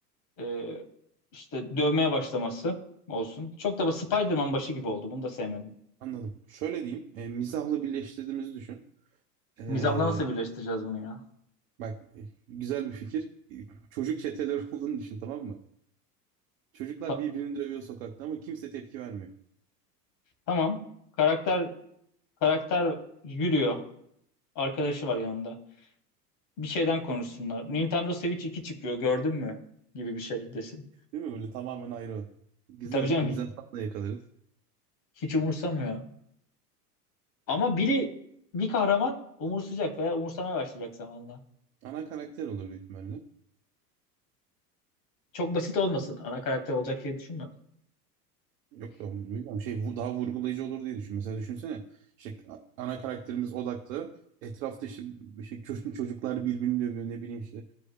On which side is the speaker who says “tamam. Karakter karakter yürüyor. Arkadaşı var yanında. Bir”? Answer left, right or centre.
Left